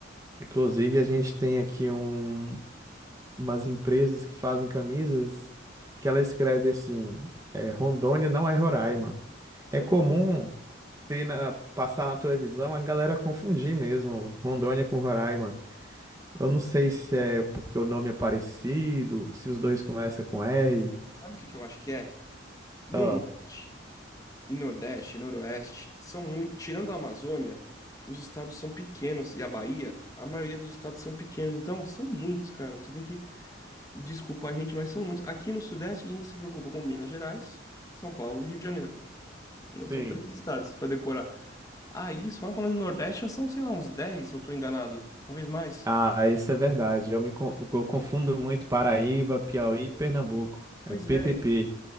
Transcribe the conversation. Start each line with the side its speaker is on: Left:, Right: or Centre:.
Right: Inclusive, a gente tem aqui um, umas empresas que fazem camisas que ela escreve assim: é, Rondônia não é Roraima. É comum
Left: Hum,
Right: ter na, passar na televisão, a galera confundir mesmo Rondônia
Left: cara,
Right: com Roraima. Eu não sei se é porque o nome é parecido, se os dois começam com R.
Left: Sabe o que que eu acho que é? No
Right: Ó,
Left: norte e nordeste, noroeste, são muito. Tirando a Amazônia, os estados são pequenos. E a Bahia, a maioria dos estados são pequenos. Então, são muitos, cara. Você tem que Desculpa a gente, mas são muitos. Aqui no Sudeste a gente se preocupa com Minas Gerais, São Paulo e Rio de Janeiro. Mas
Right: Sim.
Left: São três estados para decorar. Aí, só falando do Nordeste, já são, sei lá, uns dez eu tô enganado. Talvez mais.
Right: ah, isso é verdade. Eu me con- eu confundo muito Paraíba, Piauí e Pernambuco.
Left: Pois
Right: É PPP.
Left: é,